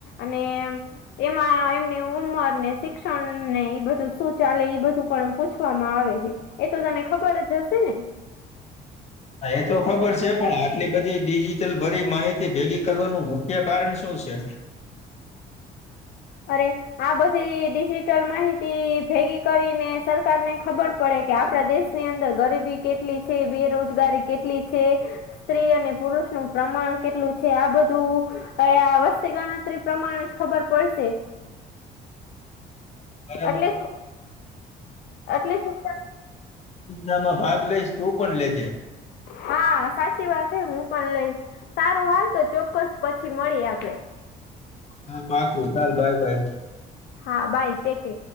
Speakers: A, on the left; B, on the left.
A: અને એમાં એમની ઉંમર ને શિક્ષણને એ બધું શું ચાલે બધું પણ પૂછવામાં આવે છે, એ તો તને ખબર જ હશે ને.
B: એ તો ખબર છે પણ, આટલી બધી ડિજિટલ ભરી માહિતી ભેગી કરવાનું મુખ્ય કારણ શું છે?
A: અરે. આ બધી ડિજીિટલ માહિતી ભેગી કરીને સરકાર ને ખબર પડે કે આપડા દેશ ની અંદર ગરીબી કેટલી છે? બેરોજગારી કેટલી છે? સ્ત્રી અને પુરુષ નું પ્રમાણ કેટલું છે? આ બધું અ આ વસ્તી ગણતરી પ્રમાણે જ ખબર પડશે.
B: <unintelligible>
A: એટલે શું એટલે શું
B: નામાં ભાગ લઈશ તું પણ, લેજે.
A: હા, સાચી વાત હે, હું પણ લઈશ. સારું હાલ તો ચોક્કસ પછી મળી આપડે.
B: હા, પાકવું ચાલ બાય બાય.
A: હા, બાઈ તે કે